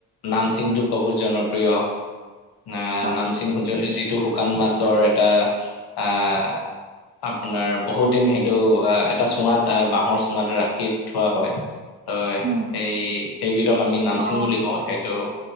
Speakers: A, on the left (about 65°); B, on the right (about 25°).
A: নামচিং টো বহুত জনপ্ৰিয় আ
B: হয়
A: নামচিং যো যিটো শুকান মাছৰ এটা আহ আপোনাৰ বহুত দিন সেইটো এটা চুঙাত বাহৰ চুঙাত ৰাখি থোৱা হয় হয়
B: উম
A: সেই সেইবিধক আমি নামচিং
B: অ
A: বুলি কওঁ সেইটো